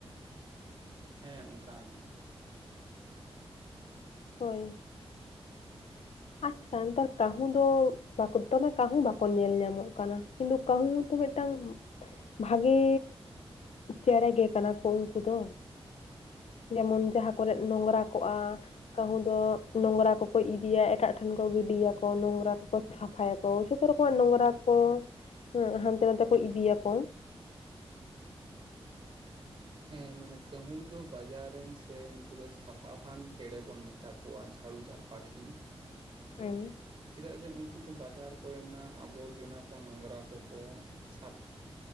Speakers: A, on the right; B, on the left.
A: ᱦᱮᱸ ᱚᱝᱠᱟ ᱜᱮ
B: ᱦᱳᱭ ᱾ ᱟᱪᱪᱷᱟ ᱱᱮᱛᱟᱨ ᱠᱟᱹᱦᱩᱸ ᱫᱚ ᱛᱚᱵᱮ ᱠᱟᱹᱦᱩ ᱵᱟᱠᱚ ᱧᱮᱞ ᱧᱟᱢᱚᱜ ᱠᱟᱱᱟ ᱠᱤᱱᱛᱩ ᱠᱟᱹᱦᱩ ᱛᱚ ᱢᱤᱫᱴᱟᱝ ᱵᱷᱟᱜᱮ ᱪᱮᱬᱮ ᱜᱮ ᱠᱟᱱᱟ ᱠᱚ ᱩᱱᱠᱩ ᱫᱚ ᱡᱮᱢᱚᱱ ᱡᱟᱦᱟᱸ ᱠᱚᱨᱮ ᱱᱚᱝᱨᱟ ᱠᱚᱜᱼᱟ ᱠᱟᱹᱦᱩ ᱫᱚ ᱱᱚᱝᱨᱟ ᱠᱚ ᱠᱚ ᱤᱫᱤᱭᱟ ᱮᱴᱟᱜ ᱴᱷᱮᱱ ᱠᱚ ᱜᱤᱰᱤᱭᱟᱠᱚ ᱱᱚᱝᱨᱟ ᱠᱚᱠᱚ ᱥᱟᱯᱷᱟᱭᱟᱠᱚ ᱡᱷᱚᱛᱚ ᱨᱚᱠᱚᱢᱟᱜ ᱱᱚᱝᱨᱟ ᱠᱚ ᱦᱮᱸ ᱦᱟᱱᱛᱮ ᱱᱟᱛᱮ ᱠᱚ ᱤᱫᱤᱭᱟᱠᱚ
A: ᱦᱮᱸ ᱢᱟᱱᱮ ᱠᱟᱹᱦᱩ ᱫᱚ ᱵᱟᱡᱟᱨ ᱨᱮᱱ ᱥᱮ ᱱᱩᱠᱩ ᱫᱚ ᱥᱟᱯᱷᱟᱵᱟᱱ ᱪᱮᱬᱮ ᱵᱚᱱ ᱢᱮᱛᱟ ᱠᱚᱣᱟ ᱡᱷᱟᱲᱩᱫᱟᱨ ᱾ ᱯᱟᱠᱷᱤ
B: ᱦᱮᱸ
A: ᱪᱮᱫᱟᱜ ᱥᱮ ᱩᱱᱠᱩ ᱫᱚ ᱵᱟᱡᱟᱨ ᱠᱚᱨᱮᱱᱟᱜ ᱟᱵᱚᱨᱡᱚᱱᱟ ᱠᱚ ᱱᱚᱝᱨᱟ ᱠᱚᱠᱚ ᱥᱟᱯ